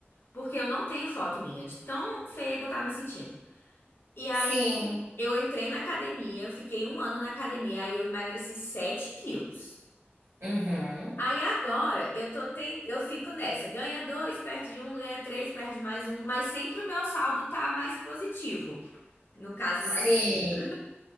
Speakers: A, on the left; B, on the right.
A: Porque eu não tenho foto minha, de tão feia que eu tava me sentindo. E aí
B: Sim.
A: eu entrei na academia, fiquei um ano na academia, aí eu emagreci 7 quilos.
B: Uhum.
A: Aí agora eu tô ten... eu fico nessa, ganha dois, perde um, ganha três, perde mais um, mas sempre o meu saldo tá mais positivo. No caso, mais
B: Sim.
A: peso.